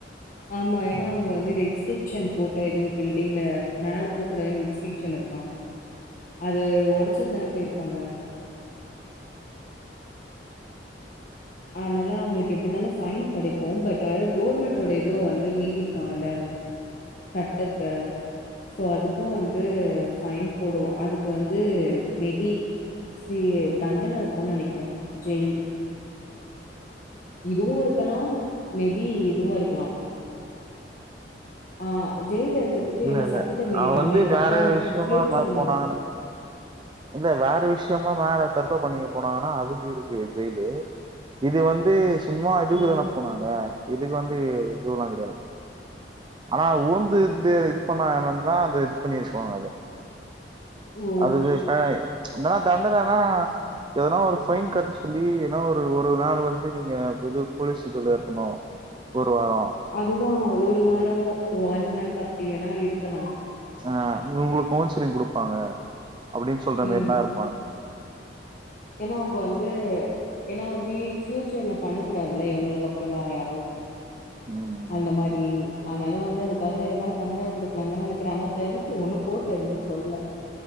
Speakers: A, on the left; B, on the right.
A: ஆமா ஏன்னா அவங்க வந்து ரெஸ்ட்ரிக்ஷன் போட்ட எதுவும் பில்டிங்ல மேல போகக்கூடாது ரெஸ்ட்ரிக்ஷன் இருக் அது ஒடச்சுத் தான போயிருக்காங்க அதனால அவங்களுக்கு எப்டிந்தாலு ஃபைன் கெடைக்கும் பட் வேற கவர்மெண்டோட இதுவ வந்து மீறி இருக்காங்கல்ல சட்டத்த சோ அதுக்கும் வந்து ஃபைன் போடுவ அதுக்கு வந்து மேபி சி தண்டன இருக்குன் நெனைக்கிற ஜெயில் இதுவு இருக்கலாம் மேபி இதுவு இருக்கலாம் ஆ ஜெயில்ல இருக்கிறதுக்கு
B: இல்ல
A: என்ன
B: இல்ல
A: சட்டத்த மீறிட்டாங்க
B: அவ வந்து
A: இதுக்கப்பற
B: வேற விஷயமா
A: பியூச்சர்ல
B: மேல போனாங்கன்னா இல்ல வேற விஷயமா மேல தற்கொல பண்ணிக்க போனாங்கன்னா அதுக்கு இருக்கு ஜெயிலு இது வந்து சும்மா இதுக்கு
A: ஓ
B: தான போனாங்க இதுக்கு வந்து தூர்லா கெடையாது ஆனா ஊந்து இது இது பண்ணாங்கனா அந்த இது பண்ணியிருபாங்க அத
A: ஓ
B: அதுக்கு ஏ னா தண்டனனா எதுனா ஒரு ஃபைன் கட்ட சொல்லி ஏன்னா ஒரு நாள் வந்து நீங்க இது போலீஸ் இதுல இருக்கணு ஒரு வார
A: அதுதா ஒரு வார ஒன் மந்த் அப்டி வேணா இருக்கலா
B: ஆ இவுங்களுக்கு கவுன்சிலிங் குடுப்பாங்க அப்டின் சொல்ற மேரிதான்
A: ம்
B: இருப்பாங்க
A: ஏன்னா அவங்க வந்து ஏன்னா வந்து பியூச்சர்ல பண்ண கூடாதுல்ல இவங்களுக்கு அப்பறம் வேற யாரும்
B: ம்
A: அந்த மாரி அதனால வந்து அதுக்காக எதனால தண்டன குடுக்கலாம்ங்கான நிக்கிறாங்கனா தெர்ல ஒன்னு கோட்ல எதுவுமே சொல்ல